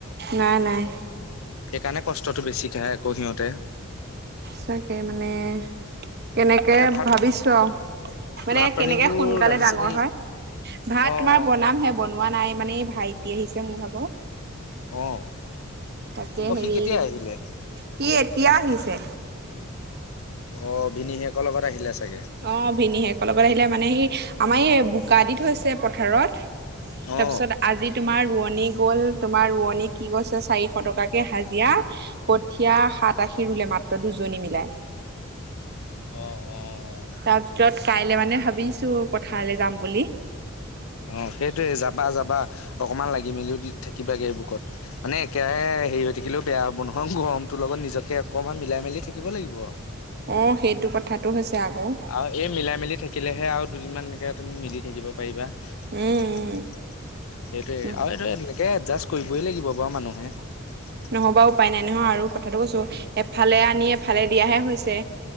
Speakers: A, on the right; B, on the left.
A: নাই নাই
B: সেইকাৰণে কষ্টটো বেছিক কাহে আকৌ সিহঁতে।
A: তাকে মানে। তেনেকে
B: এতিয়া ভাত
A: ভাবিছো আৰু মানে
B: ভাত পানীবোৰ
A: কেনেকে সোনকালে
B: ৰান্ধিছে
A: ডাঙৰ
B: নেকি?
A: হয় ভাত
B: অ
A: তোমাৰ
B: অ
A: বনাম হে বনোৱা নাই। মানে এই ভাইটি আহিছে মোৰ ভাগৰ।
B: অ
A: তাকে হেৰি
B: সি কেতিয়া আহিলে?
A: সি এতিয়া আহিছে।
B: অ ভিনি সেকৰ লগত আহিলে? চাগে
A: অ ভিনি হেক লগত আহিলে মানে সি আমাৰ এই বোকা দি থৈছে পথাৰত। তাৰ
B: অ।
A: পিছত আজি তোমাৰ ৰোৱনী গ'ল তোমাৰ ৰোৱনী কি কৈছে চাৰিশ টকাকে হাজিৰা। কঠীয়া
B: অ
A: সাত আশী ৰুলে মাত্ৰ দুজনী মিলায়।
B: অ অ অ
A: তাৰ পিছত কাইলে মানে ভাবিছো। পথাৰলৈ যাম বুলি
B: অ সেইটোৱে যাবা যাবা। অকমান লাগি মেলিও দি থাকিবা বুকত মানে একোৰাহে হেৰি হৈ থাকিলেও বেয়া হ'ব নহয় গৰমটো লগত। নিজকে অকমান মিলাই মেলি থাকিব লাগিব।
A: অ সেইটো কথাটো হৈছে। আকৌ
B: আৰু এই মিলাই মেলি থাকিলেহে আৰু দুদিনমান এনেকে তুমি মিলি থাকিব পাৰিবা।
A: উম
B: সেইটোৱে
A: উম
B: আৰু এইটো এনেকে এডজাষ্ট কৰিবই লাগিব বাৰু মানুহে। <unintelligible>
A: নহ'বা উপায় নাই নহয় আৰু কথাটো কৈছো এফালে আনি এফালে দিয়াহে হৈছে।